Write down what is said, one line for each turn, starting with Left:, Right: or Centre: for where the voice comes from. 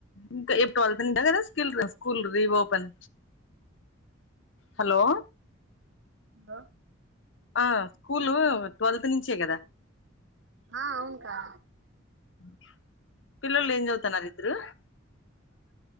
Left: ఇంక ఏప్ ట్వెల్వ్ అంట గద స్కిల్ర స్కూల్ రీ వోపెన్ హలో
Right: లో
Left: ఆ స్కూలూ ట్వెల్త్ నుంచే గదా
Right: ఆ అవున్కా
Left: <inaudible> పిల్లల్లు ఏం జవుతన్నారు ఇద్దరు